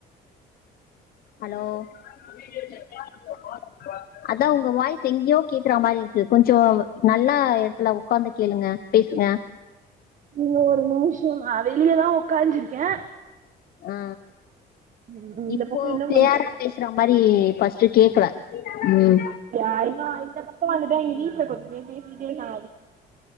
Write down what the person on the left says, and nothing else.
ஹலோ <unintelligible> அதா உங்க வாய்ஸ் எங்யோ கேக்குற மாரி இருக்கு கொஞ்சோ நல்லா எடத்துல உக்காந்து கேளுங்க பேசுங்க
ஆ
இப்போ
கிளியரா
பேசுற மாரி ஃபஸ்ட்டு கேக்கல ம்